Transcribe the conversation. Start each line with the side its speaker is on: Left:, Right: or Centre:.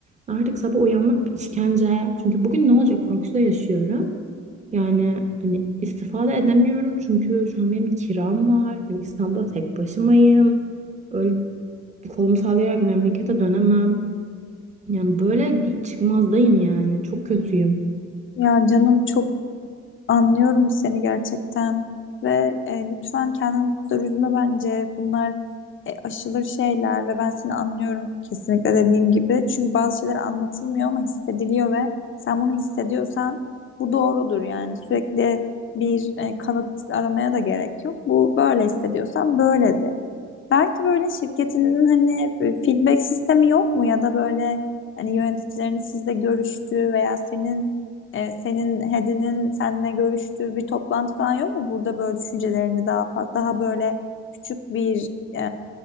Right: artık sabah uyanmak bir işkence. Çünkü bugün ne olacak korkusuyla yaşıyorum. Yani hani istifade edemiyorum çünkü şu an benim kiram var. Hani İstanbul'da tek başımayım. Öyle kolumu sallayarak memlekete dönemem. Yani böyle bir çıkmazdayım yani. Çok kötüyüm.
Left: Ya canım çok Anlıyorum seni gerçekten ve e, lütfen kendini bu kadar üzme bence. Bunlar e, aşılır şeyler ve ben seni anlıyorum kesinlikle dediğim gibi. Çünkü bazı şeyler anlatılmıyor ama hissediliyor ve sen bunu hissediyorsan bu doğrudur yani. Sürekli bir e, kanıt aramaya da gerek yok. Bu böyle hissediyorsan böyle de. Belki böyle şirketinizin hani feedback sistemi yok mu ya da böyle hani yöneticilerin sizle görüştüğü veya senin e, senin head'inin seninle görüştüğü bir toplantı falan yok mu? Burada böyle düşüncelerini daha fa- daha böyle küçük bir e,